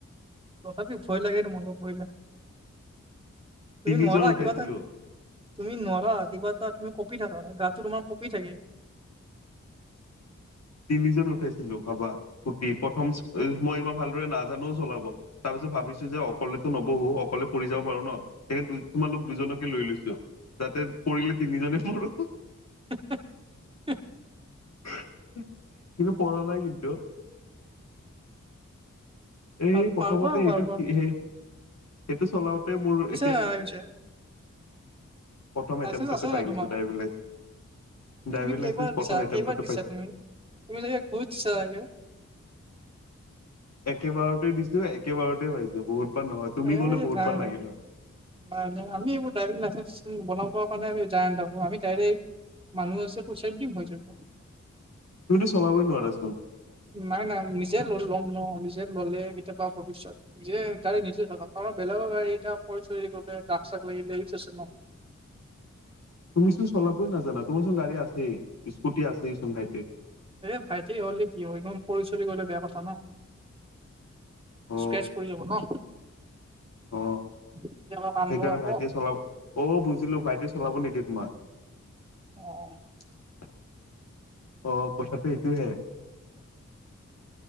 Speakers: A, on the right; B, on the left.
A: তথাপি ভয় লাগে তোমাৰ লগত বহিলে।
B: তিনিজন
A: তুমি নোৱাৰা
B: উঠাইছিলো
A: কিবা এটা তুমি নোৱাৰা কিবা এটা তুমি ক কপি থাককা গাটো তোমাৰ কপি থাকে।
B: তিনিজন উঠাইছিলো ভাবা স্কুটি প্ৰথম। মই ইমান ভালদৰে নাজানোও চলাব তাৰ পিছত ভাবিছো যে অকলেতো নবহো অকলে পৰি যাব পাৰো ন! সেই তোমালোক দুজনকে লৈ লৈছো যাতে পৰিলে তিনিজনে পঢ়ো।
A: <inaudible>
B: <inaudible> কিন্তু পঢ়া নাই কিন্তু এই
A: অ
B: প্ৰথমতে
A: পাব পাব।
B: এইটো শি- সেই সেইটো চলাওতে মোৰ এতিয়া
A: নে নাই পিছে
B: প্ৰথম
A: লাইচেন্ঞ্চ
B: এটেমটতে
A: আছে
B: পাই
A: নাই
B: গৈছো
A: তোমাৰ
B: ড্ৰাইভিং লাইচেন্ঞ্চ। ড্ৰাইভিং
A: তুমি কেইবাৰ
B: লাইচেন্ঞ্চ প্ৰথম
A: দিছা
B: এটেমটতে
A: কেইবাৰ দিছা
B: পাইছো।
A: তুমি তুমি চাগে ঘোচ দিছা চাগে
B: একেবাৰতে দিছো একেবাৰতে পাইছো বহুত। বাৰ নহয় তুমি
A: এই
B: গ'লে বহুত
A: নাই
B: বাৰ
A: নাই
B: লাগিল হয়
A: নাই নাই আমি এইবোৰ ড্ৰাইভিং লাইচেন্ঞ্চ বনাব পাৰো আমি যাই নাথাকো আমি ডাইৰে মানুহ আছে পইচা দিম হৈ যাব।
B: তুমিটো চলাব নোৱাৰা চোন।
A: নাই নাই নিজে ল'ম ন নিজে ললে কেতিয়াবা ভৱিষ্যয়ত নিজে। গাড়ী নিজে চলাম কাৰণ বেলেগৰ গাড়ী এটা পৰি গলে দাগ চাক লাগিলে ৰিস্ক আছে ন?
B: তুমিচোন চলাবই নাজানা তোমাৰচোন গাডী আছেই। স্কুটি আছেই চোন ভাইটিৰ
A: এ ভাইটি হ'লে কি একদম পৰি চৰি গলে বেয়া কথা ন।
B: অ
A: স্কেচ পৰি যাব ন।
B: অ
A: কেতিয়াবা কামবোৰ
B: সেইকাৰণে
A: আকৌ
B: ভাইটি চলাব অ বুজি ভাবিছিলো ভাইটিয়ে চলাব নিদিয়ে তোমাক।
A: অ',
B: অ কথাটো এইটোহে হে হে।